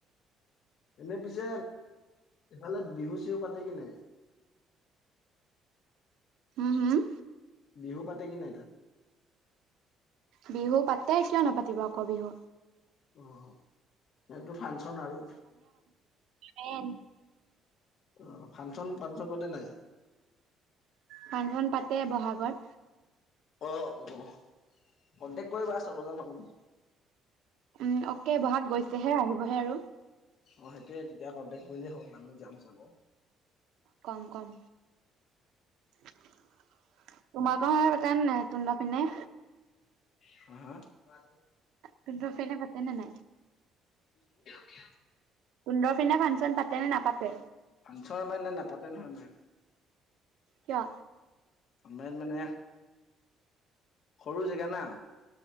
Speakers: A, on the left; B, on the right.
A: এনে পিছে এইফালে বিহু চিহু পাতে কিনে
B: হম হম'
A: বিহু পাতে কি নাই তাত
B: বিহু পাতে কিয় নাপাতিব আকৌ বিহু।
A: অহ ইয়াটো ফাংচন আৰু।
B: তেন
A: অহ ফাংচন- ফাংচন পাতে নাই?
B: ফাংচন পাতে বহাগত
A: অ অ কণ্টেক্ট কৰিবা চাব যাম আমি।
B: উম অকে, ব'হাগ গৈছেহে আহিবহে আৰু।
A: অহ সেইটোয়ে তেতিয়া কণ্টেকট কৰিলেই হ'ল আমি যাম চাব।
B: কম কম তোমাৰ কট কাৰেন্ট নাই তোহতৰ ফালে
A: হা হা।
B: তোত ফালে পাতে নে নাই?
A: বেয়াকে
B: তোতৰ পিনে ফাংচন পাতে নে নাপাতে?
A: ফাংচন মানে নাপাতে নহয় আমাৰ।
B: কিয়?
A: আমাৰ মানে সৰু জেগা না।